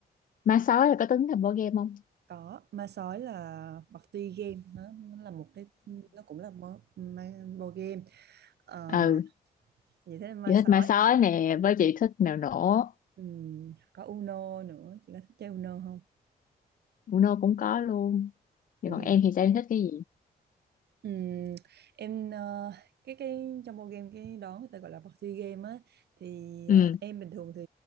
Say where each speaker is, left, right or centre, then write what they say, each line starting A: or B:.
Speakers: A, on the left (about 55°); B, on the right (about 80°).
A: ma sói là có tính là board game không?
B: Có, ma sói là party game nó, nó là một cái nó cũng là bo- ma- board game. Ờ,
A: Ừ.
B: vậy thế ma
A: chị
B: sói.
A: thích ma sói nè với chị thích mèo nổ
B: Ừ, có Uno nữa, chị có thích chơi Uno không?
A: Uno nô cũng có luôn vậy
B: Dạ.
A: còn em thì sao em thích cái gì
B: Ừm, em ờ, cái cái trong bộ game cái đó người ta gọi là party game á thì
A: ừ
B: ờ, em bình thường thì